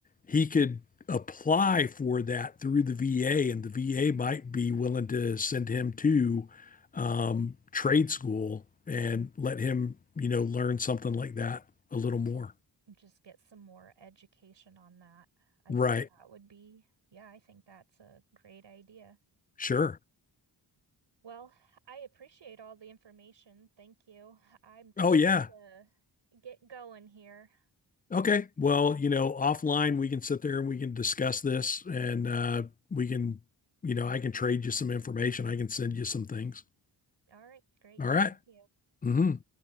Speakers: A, on the left; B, on the right.
A: he could apply for that through the VA, and the VA might be willing to send him to um, trade school and let him, you know, learn something like that a little more.
B: Just get some more education on that. I
A: Right.
B: think that would be, yeah, I think that's a great idea.
A: Sure.
B: Well, I appreciate all the information. Thank you. I'm gonna
A: Oh,
B: have
A: yeah.
B: to get going here.
A: Okay. Well, you know, offline, we can sit there and we can discuss this and uh, we can, you know, I can trade you some information. I can send you some things.
B: All right, great.
A: All right.
B: Thank you.
A: Mm-hmm.